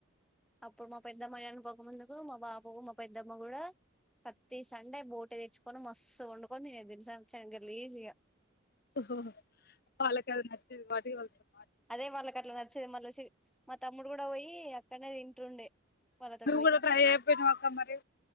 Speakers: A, in the centre; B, on the left (about 50°).
A: అప్పుడు మా పెద్దమ్మ నేను పోకముందు కు మా బాబు మా పెద్దమ్మ కూడా ప్రతి సండే బోటీ తెచ్చుకొని మస్తు వండుకొని తినేది తెలుసా చానా గలీజ్ గా
B: ఓహో <unintelligible>
A: అదే వాళ్ళకి అట్లా నచ్చింది మళ్ళా చి మా తమ్ముడు కూడా పోయి అక్కడనే పోయి తింటుండే వాళ్ళతోటి
B: నువ్వు
A: పోయి
B: కూడా ట్రై అయిపోయినావ అక్క మరీ?